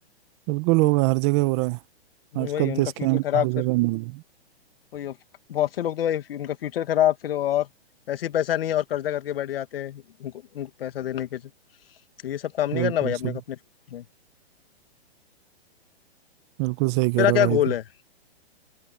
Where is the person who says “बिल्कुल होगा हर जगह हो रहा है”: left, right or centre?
Right